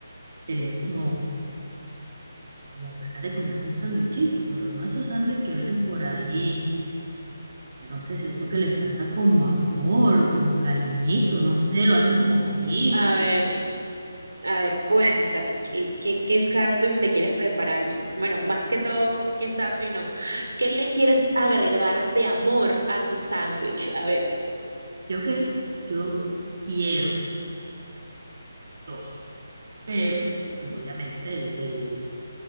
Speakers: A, on the right; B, on the right.
A: tenía como, como ganas de comerme un sándwichito, pero no esos sándwiches que vienen por ahí. que No sé, siento que le falta como amor, como cariñito, no sé, lo hacen como simple.
B: A ver, a ver, cuéntame, ¿qué, qué, qué sándwich te quieres preparar? Y bueno, más que todo, ¿qué sándwich no? ¿Qué le quieres agregar de amor a tu sándwich? A ver,
A: Yo, quer- yo quiero dos, pero pues obviamente el, el-